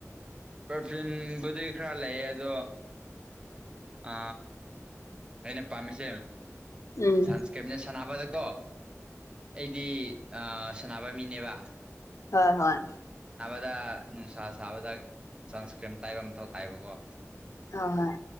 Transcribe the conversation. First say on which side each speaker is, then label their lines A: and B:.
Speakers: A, on the right; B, on the left.
A: ꯄꯔꯐꯤꯟꯕꯨꯗꯤ ꯈꯔ ꯂꯩꯌꯦ ꯑꯗꯣ ꯑ‌ ꯑꯩꯅ ꯄꯥꯝꯃꯤꯁꯦ
B: ꯎꯝ
A: ꯁꯟꯁꯀꯦꯞꯅꯦ ꯁꯥꯟꯅꯕꯗ ꯀꯣ ꯑꯩꯗꯤ ꯑꯥ ꯁꯥꯅꯕ ꯃꯤꯅꯦꯕ
B: ꯍꯣꯏ ꯍꯣꯏ
A: <unintelligible> ꯅꯨꯡꯁꯥ ꯁꯥꯕꯗ ꯁꯟꯁꯀ꯭ꯔꯤꯝ ꯇꯩꯕ ꯃꯊꯧ ꯇꯥꯏꯌꯦꯕꯀꯣ
B: <unintelligible> ꯍꯣꯏ